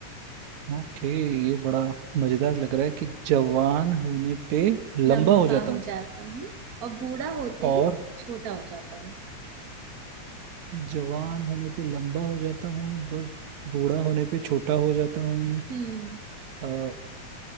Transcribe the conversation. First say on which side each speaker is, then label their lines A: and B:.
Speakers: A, on the right; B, on the right.
A: okay ये बड़ा मजेदार लग रहा है कि जवान होने पे लंबा
B: लंबा
A: हो जाता
B: हो
A: हूँ
B: जाता हूँ और बूढ़ा होते
A: और
B: ही छोटा हो जाता हूँ
A: जवान होने पे लंबा हो जाता हूँ बट बूढ़ा होने पे छोटा हो जाता हूँ
B: हम्म
A: अ, अ,